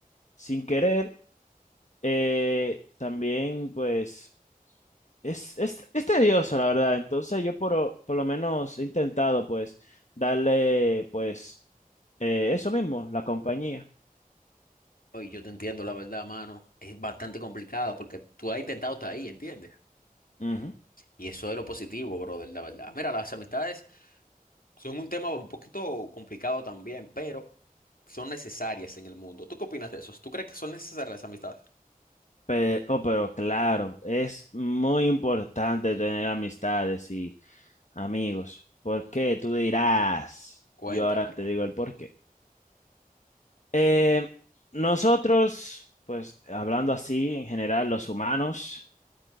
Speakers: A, on the left; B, on the left.
A: sin querer eh, también pues es, es, es tedioso la verdad, entonces yo por, por lo menos he intentado pues darle pues eh, eso mismo, la compañía.
B: Oye, yo te entiendo, la verdad, mano. Es bastante complicado porque tú has intentado estar ahí, ¿entiendes?
A: Ujú.
B: Y eso es lo positivo, brother, la verdad. Mira, las amistades son un tema un poquito complicado también, pero son necesarias en el mundo. ¿Tú qué opinas de eso? ¿Tú crees que son necesarias las amistades?
A: Pe- oh, pero claro, es muy importante tener amistades y amigos. ¿Por qué? Tú dirás.
B: Cuéntame.
A: Yo ahora te digo el por qué. Eh, nosotros, pues hablando así, en general, los humanos,